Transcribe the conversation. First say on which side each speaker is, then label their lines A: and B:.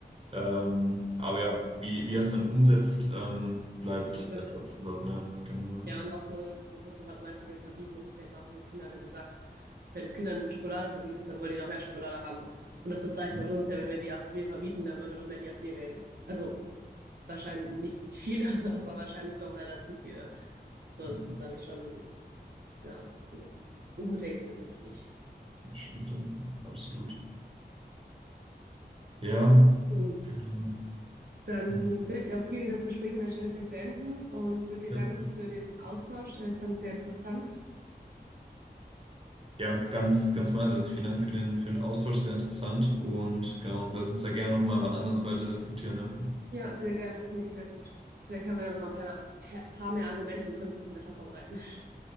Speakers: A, on the right; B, on the right.
A: Ähm, aber ja, wie, wie er es dann umsetzt, ähm, bleibt,
B: Eine Frage.
A: bleibt abzuwarten, ja, genau.
B: Ja, und auch so, das, was du gerade meinst mit dem Verbieten, das ist ja genauso wie Kinder wenn du sagst, wenn du Kindern Schokolade verbietest, dann wollen die noch mehr Schokolade haben. Und das ist das Gleiche
A: Ja,
B: mit
A: ja,
B: uns ja, wenn wir die AfD verbieten, dann wollen wir noch mehr die AfD wählen. Also wahrscheinlich nicht viele, <laughs> aber wahrscheinlich doch leider zu viele. So,
A: ja,
B: es ist, glaube ich, schon, ja, deswegen Umdenken ist wichtig.
A: das stimmt, ja, absolut. Ja,
B: So,
A: genau.
B: Dann
A: Mhm.
B: würde ich auch hier wieder das Gespräch an der Stelle vielleicht beenden und würde dir
A: Ja.
B: danken für den Austausch. Ich fand es sehr interessant.
A: Ja, ganz, ganz meinerseits. Vielen Dank für den, für den Austausch, sehr interessant. Und genau, lass uns da gerne nochmal wann anders weiter diskutieren. Ja.
B: Ja, sehr gerne, finde ich sehr gut. Vielleicht haben wir da noch mal ein paar, paar mehr Argumente und können es ein bisschen besser vorbereiten. <laughs>